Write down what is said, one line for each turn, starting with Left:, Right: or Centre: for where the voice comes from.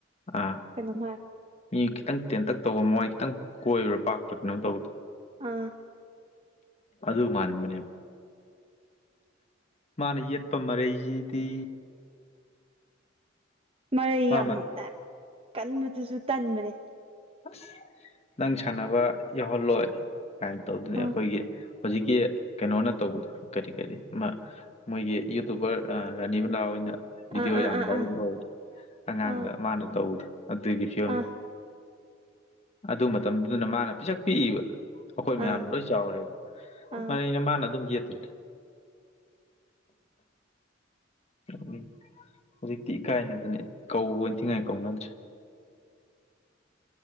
Left: ꯑꯥ
Right: ꯀꯩꯅꯣꯝ ꯍꯥꯏꯕ
Left: ꯃꯤ ꯈꯤꯇꯪ ꯇꯦꯟꯇꯛ ꯇꯧꯕ ꯃꯃꯥꯏ ꯈꯤꯇꯪ ꯀꯣꯏꯕ꯭ꯔꯥ ꯄꯥꯛꯄ ꯀꯩꯅꯣ ꯇꯧꯕꯗ
Right: ꯑꯥ
Left: ꯑꯗꯨ ꯃꯥꯟꯕꯅꯦꯕ ꯃꯥꯅ ꯌꯦꯠꯄ ꯃꯔꯩꯁꯤꯗꯤ
Right: ꯃꯔꯩ
Left: ꯃꯥꯃ
Right: ꯌꯥꯝꯅ ꯀꯟꯕꯗꯨꯁꯨ ꯇꯟꯕꯅꯦ
Left: ꯑꯁ ꯅꯪ ꯁꯥꯟꯅꯕ ꯌꯥꯎꯍꯜꯂꯣꯏ ꯀꯃꯥꯏꯅ ꯇꯧꯗꯅꯤ
Right: ꯑꯥ
Left: ꯑꯩꯈꯣꯏꯒꯤ ꯍꯧꯖꯤꯛꯀꯤ ꯀꯩꯅꯣꯅ ꯇꯧꯕꯗꯣ ꯀꯔꯤ ꯀꯔꯤ ꯑꯃ ꯃꯣꯏꯒꯤ ꯌꯨꯇꯨꯕꯔ ꯔꯥꯅꯤꯕꯂꯥꯣꯏ ꯑꯣꯏꯅ ꯚꯤꯗꯤꯑꯣ
Right: ꯑꯥ ꯑꯥ
Left: ꯌꯥꯝ ꯚꯥꯏꯔꯦꯟ
Right: ꯑꯥ ꯑꯥ
Left: ꯑꯣꯏ ꯑꯉꯥꯡꯗ
Right: ꯑꯥ
Left: ꯃꯥꯅ ꯇꯧꯕꯗꯣ ꯑꯗꯨꯒꯤ ꯐꯤꯕꯝꯅꯤ
Right: ꯑꯥ
Left: ꯑꯗꯨ ꯃꯇꯝꯗꯨꯅ ꯃꯥꯅ ꯄꯤꯁꯛ ꯄꯤꯛꯏꯕ ꯑꯩꯈꯣꯏ ꯃꯌꯥꯝ
Right: ꯑꯥ
Left: ꯂꯣꯏ ꯆꯥꯎꯔꯦꯕ
Right: ꯑꯥ
Left: ꯃꯔꯩꯅ ꯃꯥꯅ ꯑꯗꯨꯝ ꯌꯦꯠꯂꯤ ꯎꯝ ꯍꯧꯖꯤꯛꯇꯤ ꯏꯀꯥꯏꯅꯗꯅꯦ ꯀꯧꯕ ꯏꯟꯊꯤ ꯉꯥꯏ ꯀꯧꯅꯗ꯭ꯔꯦ